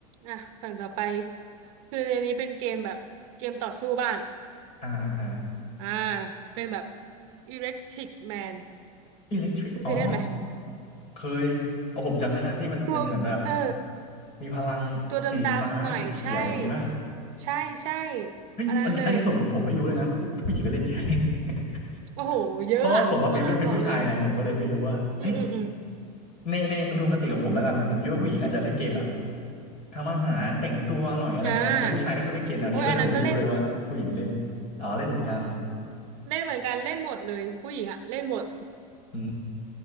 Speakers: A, on the right; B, on the left.
A: อ่ะฝั่งต่อไปคือในนี้เป็นเกมแบบเกมต่อสู้บ้าง
B: อ่าอ่าอ่า
A: อ่าเป็นแบบ Electric Man
B: อิเล็กทริกอ๋อ
A: คุณเคยเล่นไหม
B: เคยโอ้ผมจำได้ละที่มันเป็นเหมือนแบบ
A: ตัวเออ
B: มีพลังสีฟ้าสีเขียวอย่างงี้ป่ะ
A: ตัวดำๆหน่อยใช่ใช่ใช่
B: เฮ้ยอันนี้อันนี้ผมผมไม่รู้เลยนะผู้ผู้หญิงก็เล่นใช่
A: อันนั้นเลย
B: <laughs>
A: โอ้โหเยอะอะตอนนั้นบอกเลย
B: เพราะว่าผมมาเป็นเพื่อนเป็นผู้ชายไงผมก็เลยไม่รู้ว่าเอ้ย
A: อืมอืมอืม
B: ในในอุดมคติของผมแล้วกันผมคิดว่าผู้หญิงอาจจะเล่นเกมแบบ ทำอาหารแต่งตัวหน่อยอะไรเงี้ยแล้วผู้ชายก็ชอบเล่นเกมแนวนี้เอ้ยผมไม่รู้เลยว่าผู้หญิงเล่นอ๋อเล่นเหมือนกัน
A: อ่าโอ้ยอันนั้นก็เล่นเล่นเหมือนกันเล่นหมดเลยผู้หญิงอะเล่นหมด
B: อื